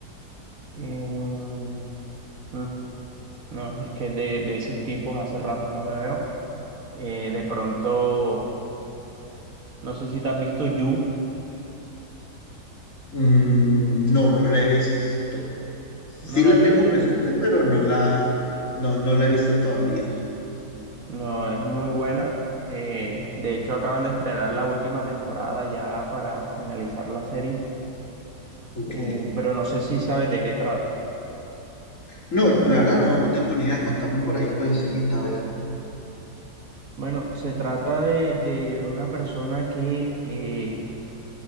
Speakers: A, on the right; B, on the left.
A: Em, mm, no, es que de, de esos tipos hace rato no me veo. Eh, de pronto, no sé si te has visto You,
B: Mm, no, no la he visto. Sí
A: ¿no
B: la
A: la has
B: tengo
A: visto?
B: presente, pero no la, no, no la he visto todavía.
A: No, es muy buena. Eh, de hecho, acaban de estrenar la última temporada ya para finalizar la serie,
B: Ok.
A: eh, pero no sé si sabes de qué trata.
B: No, Clara, no, no tengo ni idea. Contame por ahí, pues, encimita, a ver.
A: Bueno, se trata de, de una persona que eh,